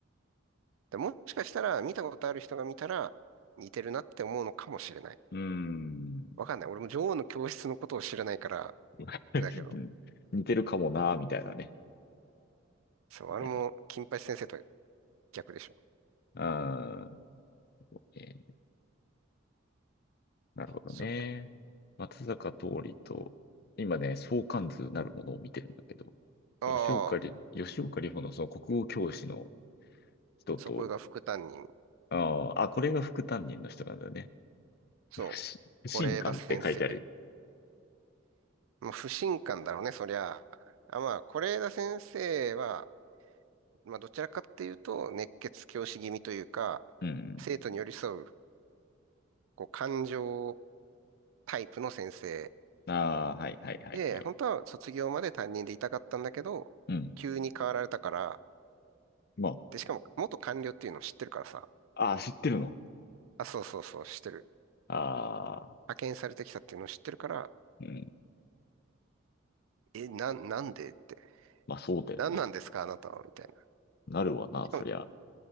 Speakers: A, on the right; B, on the left.
A: で、もしかしたら見たことある人が見たら似てるなって思うのかもしれない。
B: うーん。
A: わかんない。俺も女王の教室のことを知らないから、
B: <laughs>
A: あれだけど。
B: 似てるかもな、みたいなね。
A: そう、あれも金八先生と
B: いや、
A: 逆でしょ。
B: うーん、えーなるほどね。
A: そう。
B: 松坂桃李と、今ね、相関図なるものを見てるんだけど、
A: ああ、
B: 吉岡里、吉岡里帆のその国語教師の人と、
A: そこが副担任。
B: あーあ、これが副担任の人なんだね。
A: そう、
B: 不信、不信感って書いてある。
A: 是枝先生。まあ、不信感だろうね、そりゃ。あ、まあ、是枝先生は、まあ、どちらかっていうと、熱血教師気味というか、
B: うん。
A: 生徒に寄り添う、こう、感情タイプの先生。
B: ああ、はいはいはいはい。
A: で、本当は卒業まで担任でいたかったんだけど、
B: うん。
A: 急に変わられたから、
B: ま
A: で、しかも、元官僚っていうのを知ってるからさ、
B: あ、ああ、知ってるの。
A: あ、そうそうそう、知ってる。
B: ああ、
A: 派遣されてきたっていうのを知ってるから、
B: うん。
A: え、なん、なんでって。
B: まあそうだよね。
A: なんなんですか、あなたは、みたいな。
B: なるわな、
A: しかも、
B: そりゃ。